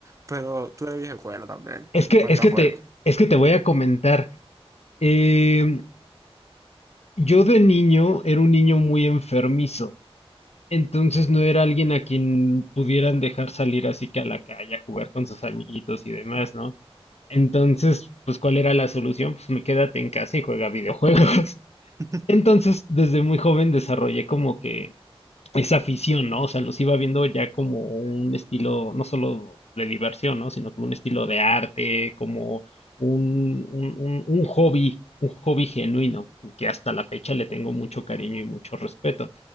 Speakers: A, on the right; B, on the left.
A: Pero tú eres vieja escuela también,
B: Es que,
A: en cuanto
B: es que
A: a juegos.
B: te, es que te voy a comentar. Em, yo de niño era un niño muy enfermizo. Entonces no era alguien a quien pudieran dejar salir así que a la calle a jugar con sus amiguitos y demás, ¿no? Entonces, pues, ¿cuál era la solución? Pues me quédate en casa y juega videojuegos. <laughs>
A: <laughs>
B: Entonces, desde muy joven desarrollé como que esa afición, ¿no? O sea, los iba viendo ya como un estilo, no solo de diversión, ¿no? Sino como un estilo de arte, como un, un, un- un hobby, un hobby genuino, que hasta la fecha le tengo mucho cariño y mucho respeto.